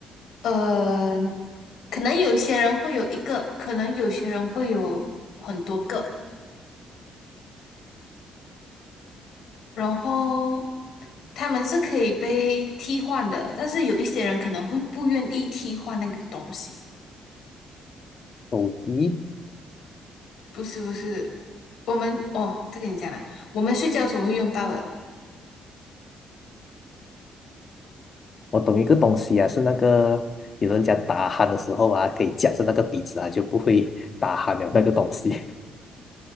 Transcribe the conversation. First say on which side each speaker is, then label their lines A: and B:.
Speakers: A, on the left; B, on the left.
A: 呃，可能有一些人会有一个，可能有些人会有很多个，然后他们是可以被替换的，但是有一些人可能会不愿意替换那个东西。
B: 手机，
A: 不是不是，我们哦，再跟你讲啦，我们睡觉的时候会用到的
B: 我懂一个东西啊，是那个有人家打鼾的时候啊，可以夹着那个鼻子啊，就不会打鼾了那个东西。